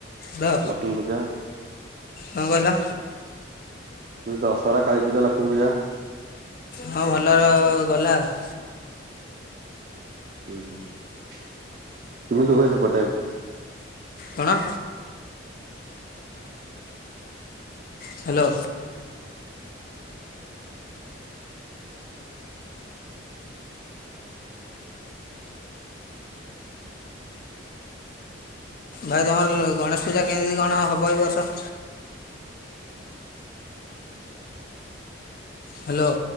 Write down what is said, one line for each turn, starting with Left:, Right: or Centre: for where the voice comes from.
Left: ବା
Right: ଲକ୍ଷ୍ମୀ ପୂଜା।
Left: କଣ କହିଲ?
Right: ମୁଁ କହିଲି ଦଶହରା, କାଳୀ ପୂଜା, ଲକ୍ଷ୍ମୀ ପୂଜା।
Left: ହଁ ଭଲ ଗଲା ଆଉ।
Right: ହୁଁ କେମିତି ହୁଏ ସେପଟେ?
Left: କଣ? ହ୍ୟାଲୋ। ଭାଇ ତମର ଗଣେଶ ପୂଜା କେମିତି କଣ ହେବ ଏ ବର୍ଷ? ହ୍ୟାଲୋ।